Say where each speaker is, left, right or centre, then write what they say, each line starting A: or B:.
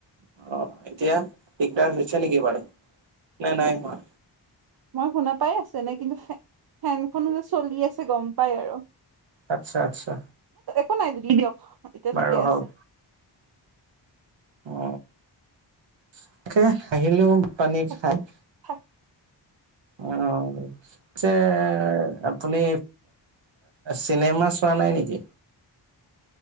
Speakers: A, on the right; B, on the right.
A: অ এতিয়া দিগদাৰ হৈছে নেকি বাৰু নাই নাই হোৱা
B: মই শুনা পাই আছছে নে কিন্তু ফেনখন যে চলি আছে গম পাই আৰু-
A: আচ্ছা আচ্ছা
B: কো নাই দিবি দিয়ক এতিয়া
A: বাৰু
B: ঠিকে
A: হওক
B: আছে
A: অ তাকে আহিলেও পনীৰ
B: থাকিব
A: খাই
B: থাক
A: আহ পিছে আপুনি চিনেমা চোৱা নাই নেকি?